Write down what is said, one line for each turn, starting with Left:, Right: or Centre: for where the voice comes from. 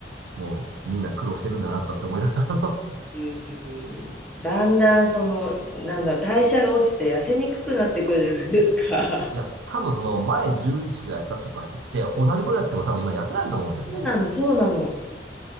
Right: もう、みんな苦労してるんだな、とかって思いながら、あの、
Centre: うんうんだんだんその、なんだろう、代謝が落ちて痩せにくくなってくるじゃないですか。
Right: そういや、多分その、前11キロ痩せたとか言って、同じことやっても多分今痩せないと思うんですね。
Centre: そうなの、そうなの。